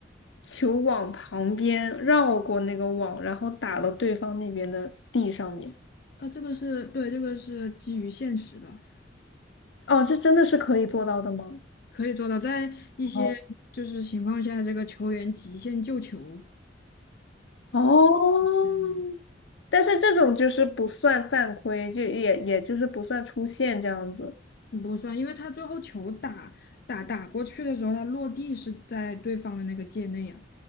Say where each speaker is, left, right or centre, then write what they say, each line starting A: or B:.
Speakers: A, on the left; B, on the left.
A: 球网旁边绕过那个网，然后打到对方那边的地上面。
B: 呃，这个是对，这个是基于现实的，
A: 哦，这真的是可以做到的吗？
B: 可以做到。在一些就是情况下，
A: 哦，
B: 这个球员极限救球
A: 哦，
B: 嗯，
A: 但是这种就是不算犯规，就也也就是不算出线这样子。
B: 不算，因为他最后球打打打过去的时候，他落地是在对方的那个界内呀。